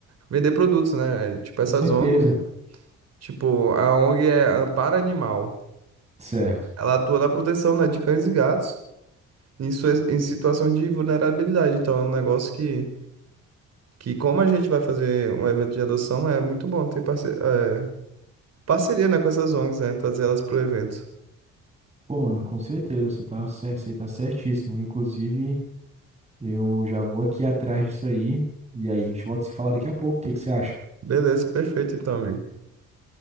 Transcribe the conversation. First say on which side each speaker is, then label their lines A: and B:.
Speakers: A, on the right; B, on the right.
A: vender produtos, né? Tipo
B: Com
A: essas
B: certeza.
A: ONG, tipo a ONG é Amparo Animal.
B: Certo.
A: Ela atua na proteção, né, de cães e gatos em, suas- em situações de vulnerabilidade. Então é um negócio que, que como a gente vai fazer um evento de adoção, é muito bom ter parce, é, parceria, né, com essas ONGs, né? Trazer elas pro evento.
B: Pô, mano, com certeza, você tá, cer- você tá certíssimo. Inclusive, eu já vou aqui atrás disso aí. E aí, a gente volta a se falar daqui a pouco. O que que você acha?
A: Beleza, perfeito então, amigo.